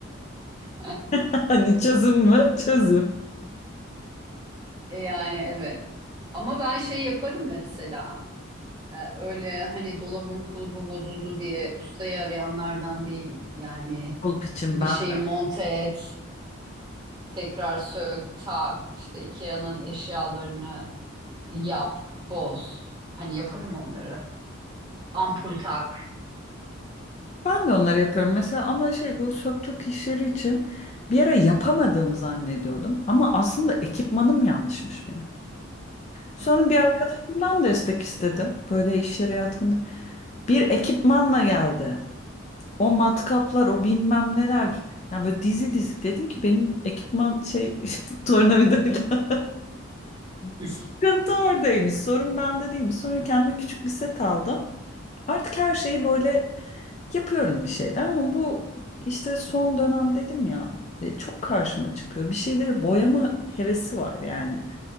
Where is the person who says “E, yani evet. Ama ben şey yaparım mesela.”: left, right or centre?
Right